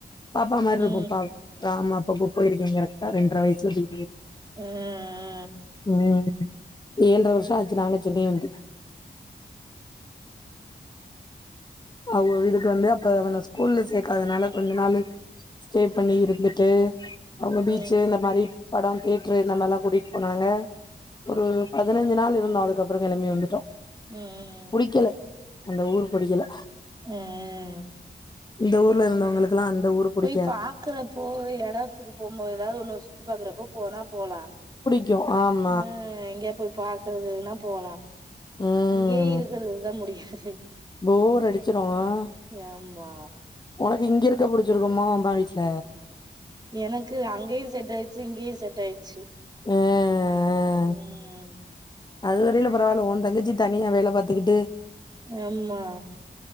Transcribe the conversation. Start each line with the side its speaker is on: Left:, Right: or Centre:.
Left: பாப்பா மாரி
Right: ம்
Left: இருக்கு
Right: ம்
Left: ப ராமு அப்ப போயிருக்க கரெக்ட்டா ரெண்ட்ர வயசுல தூக்கிட்டு
Right: ஆ அ
Left: ம் ஏழ்ர வர்ஷொ ஆச்சு நாங்க சென்னை வந்து அவ்ங்க வீட்டுக்கு வந்து அப்ப அவன ஸ்கூல்ல சேக்காதனால கொஞ்ச நாளு ஸ்டே பண்ணி இருந்துட்டு அவ்ங்க பீச்சு
Right: ம்
Left: இந்த மாரி படொ தேட்ரு இந்த மாரில்லா கூட்டியின் போனாங்க ஒரு பதினஞ்சு நாளு இருந்தோ அதுக்கப்றொ கெளம்பி வந்துட்டோ
Right: ம்
Left: புடிக்கல அந்த ஊர் புடிக்கல
Right: ம்
Left: இந்த ஊர்ல இருந்தவங்களுலா அந்த ஊரு புடிக்காது
Right: போய் பாக்குறப்போ எடத்துக்கு போம்போது ஏதாது ஒண்ணு சுத்தி பாக்குறப்போ போனா போலா
Left: ச்சோ ஆம்
Right: அ எங்யா போய் பாக்கறதுனா போலா
Left: ம்
Right: இங்யே இருக்குறது தா முடியாது
Left: போர் அடிச்சிரு அ
Right: ஆமா
Left: உனக்கு இங்க இருக்க புடிச்சிருக்குமா அம்மா வீட்ல
Right: எனக்கு அங்கேயு செட் ஆயிச்சி இங்கேயு செட் ஆயிச்சி
Left: அ அ
Right: ம்
Left: அது வரையில பரவாயில்ல ஒ தங்கச்சி தனியா வேல பாத்துகிட்டு
Right: ஆம்மா